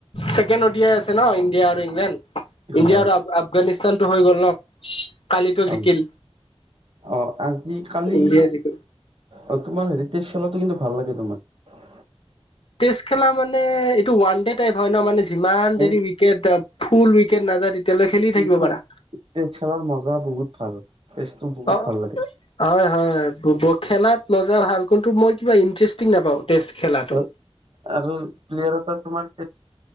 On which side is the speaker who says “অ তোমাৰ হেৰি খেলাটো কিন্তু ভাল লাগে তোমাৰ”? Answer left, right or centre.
Right